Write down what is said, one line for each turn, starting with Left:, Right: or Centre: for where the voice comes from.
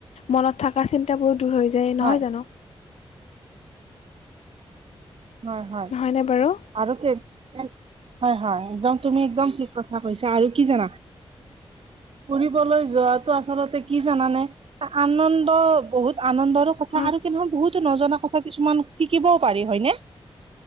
Left: মনত থাকা চিন্তাবোৰ দূৰ হৈ দেৰি নহয়
Right: হয়
Left: জানো?
Right: হয়, হয়।
Left: হয়নে বাৰু?
Right: আৰু কে <inaudible> হয়, হয়। একদম তুমি একদম ঠিক কথা কৈছা। আৰু কি জানা ফুৰিবলৈ যোৱাাটো আচলতে কি জানানে? আ-আনন্দ বহুত আনন্দৰো কথা
Left: হয়
Right: আৰু <unintelligible> বহুতো নজনা কথা কিছুমান শিকিবও পাৰি হয়নে?